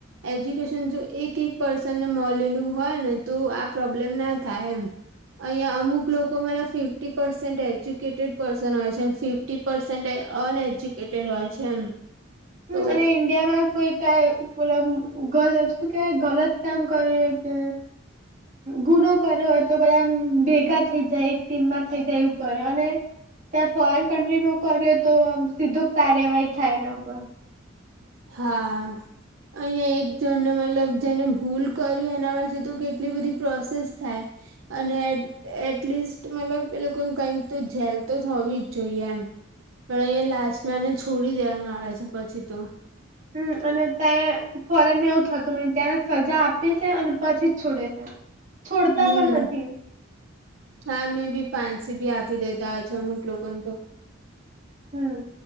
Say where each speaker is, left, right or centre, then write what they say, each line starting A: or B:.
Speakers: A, on the right; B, on the right.
A: એજ્યુકેશન જો એક એક પર્સનને મલેલું હોય ને તો આ પ્રોબ્લેમ ના થાય એમ. અહીંયા અમુક લોકો મતલબ ફિફ્ટી પર્સેન્ટજ એજ્યુકેટેડ પર્શન હોય છે ફીફટી પસેન્ટજ અન એજ્યુકેટેડ હોય છે એમ.
B: હું
A: તો
B: અને. ઇન્ડિયામાં કોઈ કાય મલબ ગલ શું કેવાય ગલત કામ કરે કે. ગુનો કરે હોય તો બધા ભેગા થઈ જાય એક ટીમમાં થઇ જાય એવું કરે અને ત્યાં ફોરેન કન્ટ્રી નું કર્યો તો આ સીધું કાર્યવાહી થાય એના ઉપર
A: હા. અઈયાં એક જણ મતલબ જેને ભૂલ કરી એના પાસે તો કેટલી બધી પ્રોસેસ થાય. અને એટ એટલીસ્ટ મતલબ એ લોકો કઈક તો જેલ તો જ હોવી જ જોઈએ એમ. પણ અહીંયા લાસ્ટ માં તો એને છોડી દેવામાં આવે છે પછી તો.
B: હમ અને ત્યા ફોરેનને એવું થતું ન ત્યાં સજા આપી છે અને પછી જ છોડે છે.
A: <unintelligible>
B: છોડતા
A: હમ
B: પણ નથી
A: હા મેં બી પાંસી બી આપી દેતા હો છે અમુક લોકોને તો
B: હમ